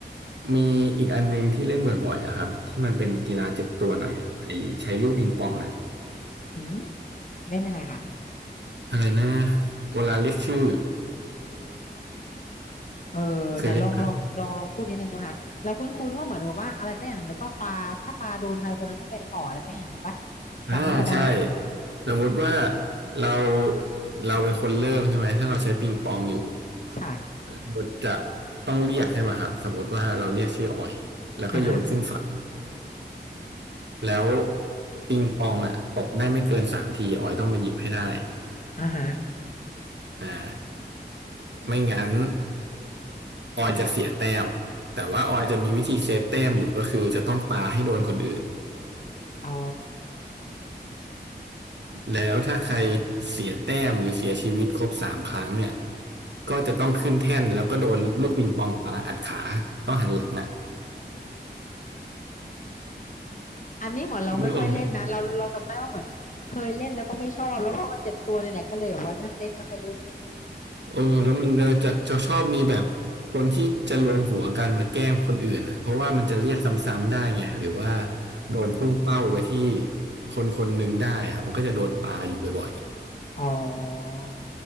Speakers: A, on the right; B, on the left.
A: มีอีกอันหนึงที่เล่นบ่อยๆอะครับที่มันเป็นกีฬาเจ็บตัวหน่อยอะไอใช้ลูกปิงปองอะ
B: หืมเล่นยังไงคะ
A: อะไรนะโอลาเรียกชื่อ
B: เออไหนลองลองลองลองพูดนิดนึงนะคะเราคุ้นๆว่าเหมือนกับว่าอะไรสักอย่างหนึ่งแล้วก็ปลาถ้าปลาโดนใครคนนั้นต้องเป็นต่ออะไรสักอย่างหนึ่งปะ
A: เคยเล่นไหมอ่าใช่
B: จำไม่ค่อยได้
A: สมมติว่าเราเราเป็นคนเริ่มใช่ไหมถ้าเราใช้ปิงปองอยู่
B: ค่ะ
A: เราจะต้องเรียกใช่ไหมครับสมมติว่าเราเรียกชื่อออยแล้วก็โยนขึ้นฝั่ง
B: อ่าฮะ
A: แล้วปิงปองอะตกได้ไม่เกินสามทีออยต้องมาหยิบให้ได้
B: อ่าฮะ
A: อ่าไม่งั้น ออยจะเสียแต้มแต่ว่าออยจะมีวิธีเซฟแต้มอยู่ก็คือจะต้องปาให้โดนคนอื่น
B: อ๋อ
A: แล้วถ้าใครเสียแต้มหรือเสียชีวิตครบสามครั้งเนี่ยก็จะต้องขึ้นแท่นแล้วก็โดนลูกปิงปองปาอัดขาต้องหันหลังอ่ะ
B: อันนี้เหมือนเราไม่ค่อยเล่นนะเราเราจำได้ว่าเหมือนเคยเล่นแล้วก็ไม่ชอบแล้วพอมาเจ็บตัวเนี่ยแหละก็เลยแบบว่าเลิกเล่นไม่ค่อยเล่น
A: ไม่รู้เลเออแล้วมันเราจะจะชอบมีแบบคนที่จะรวมหัวกันมาแกล้งคนอื่นอ่ะเพราะว่ามันจะเรียกซ้ำๆได้ไงหรือว่าโดนพุ่งเป้าไปที่คนคนหนึ่งได้อ่ะมันก็จะโดนปาอยู่บ่อย
B: อ๋อ